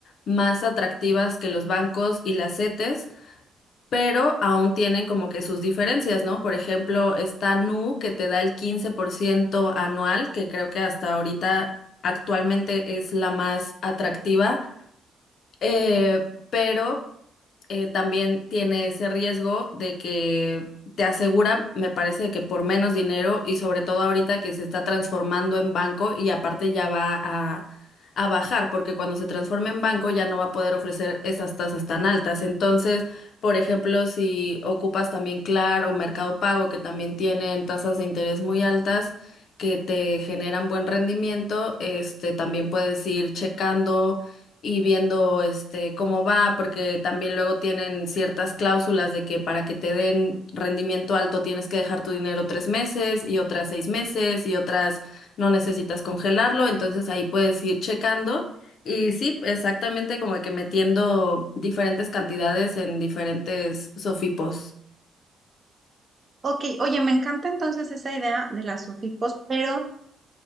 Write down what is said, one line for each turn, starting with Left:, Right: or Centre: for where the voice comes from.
Left: más atractivas que los bancos y las CETES, pero aún tienen como que sus diferencias, ¿no? Por ejemplo, está Nu que te da el 15% anual, que creo que hasta ahorita actualmente es la más atractiva. Eh, pero eh, también tiene ese riesgo de que te asegura, me parece que por menos dinero y sobre todo ahorita que se está transformando en banco y aparte ya va a, a bajar, porque cuando se transforme en banco ya no va a poder ofrecer esas tasas tan altas. Entonces, por ejemplo, si ocupas también Claro o Mercado Pago, que también tienen tasas de interés muy altas, que te generan buen rendimiento, este también puedes ir checando y viendo este cómo va, porque también luego tienen ciertas cláusulas de que para que te den rendimiento alto tienes que dejar tu dinero tres meses y otras seis meses y otras no necesitas congelarlo, entonces ahí puedes ir checando. Y sí, exactamente como que metiendo diferentes cantidades en diferentes sofipos.
Right: Ok, oye, me encanta entonces esa idea de las SOFIPOS, pero